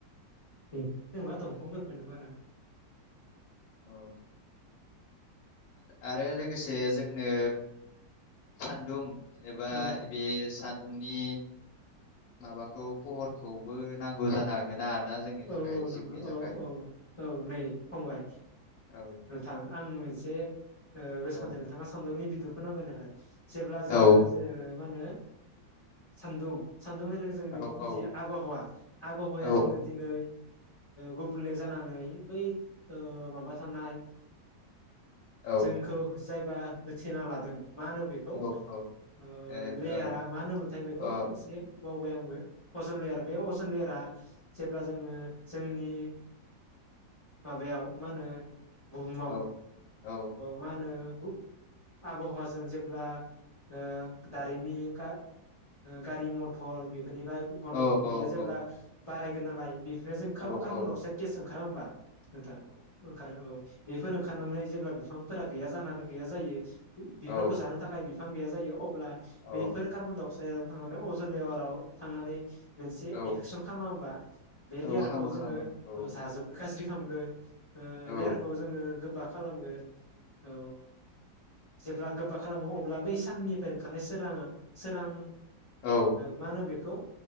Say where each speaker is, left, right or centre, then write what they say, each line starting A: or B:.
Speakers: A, on the left; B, on the left.
A: <unintelligible> <unintelligible> दंफां फोरखौनो बारा
B: औ आरो लोगोसे जोंनो सान्दुं एबा
A: औ
B: बे साद नि माबाखौ पुहरखौबो नांगौ जानो हागोन ना दा जोंनि थाखाय
A: औ
B: जिउनि
A: नंगौ
B: थाखाय
A: औ औ औ नै फंबाय
B: औ
A: नोंथां आं मोन से ओ गोसो
B: औ
A: खांदों नोंथाङा सानदुंनि बिदुं <unintelligible> जेब्ला
B: औ
A: जोङो जे मा होनो सान्दुं सान्दुं हेननाय लोगो लोगो जोङो बेखौ
B: औ औ
A: बुजियो आबहावा आबहावाया
B: औ
A: जोनो गुबुंले जानानै बै माबा थानाय
B: औ
A: जोंखौ जायबा होथेना लादों मा होनो बेखौ
B: औ
A: ओ
B: औ
A: लेयारा मा होन मोनथाय बेखौ
B: ओ
A: एसे बावबाय आंबो अजन लेयार बे अजन लेयारा जेब्ला जोङो जोंनि माबायाव मा होनो बुहुमाव
B: औ औ
A: मा होनो आबहावाजों जेब्ला दारिमिन गारि मथर बे इनिफ्रा अखारनाय
B: औ
A: उखुन्दैया
B: औ
A: जेब्ला
B: औ
A: <inaudible> गोननालाय बेफोरनो जों
B: औ
A: कार्बणअक्साइड
B: औ
A: गेस ओं ओंखारा होमबा? नोंथां ओंखारो औ बेफोर ओंखारनानै जेब्ला बिफांफोरा गैया जानानै गैया जायो। बेफोरखौ
B: औ
A: जानो थाखाय बिफां गैया जायो अ अब्ला
B: औ
A: बैफोर कार्बनडाइ गसजों थांनानै अजन लेयाराव थांनानै मोनसे
B: औ
A: एफेकसन खालामा ओमबा बे लेयारखौ
B: औ खामो
A: जोङो
B: खामो औ
A: जाजोबगोन गाज्रि खालामगोन।
B: औ
A: लेयारखौ जोङो गोबा खालामगोन। औ। जेब्ला गोबा खालामो अब्ला बै साननिफ्राय ओंखारनाय सोराङा सोरां
B: औ
A: मा होनो बेखौ